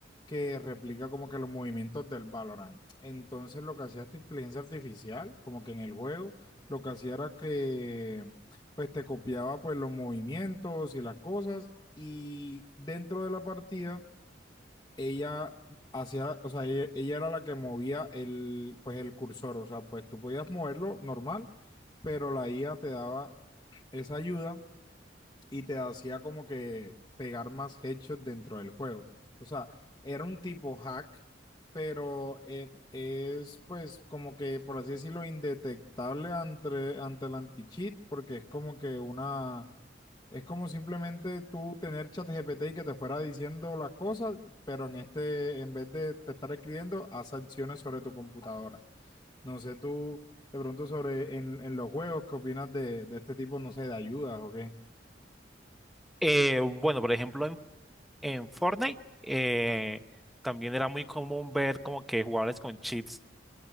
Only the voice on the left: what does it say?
que replica como que los movimientos del Valorant. Entonces lo que hacía esta inteligencia artificial, como que en el juego, lo que hacía era que pues te copiaba pues los movimientos y las cosas y dentro de la partida ella hacía, o sea, ella, ella era la que movía el pues el cursor, o sea, pues tú podías moverlo normal, pero la IA te daba esa ayuda y te hacía como que pegar más headshots dentro del juego. O sea, era un tipo hack, pero eh, es pues como que, por así decirlo, indetectable ante, ante el anti-cheat, porque es como que una... Es como simplemente tú tener ChatGPT y que te fuera diciendo las cosas, pero en este, en vez de te estar escribiendo, haz acciones sobre tu computadora. No sé tú, de pronto sobre en, en los juegos, ¿qué opinas de, de este tipo, no sé, de ayudas o qué?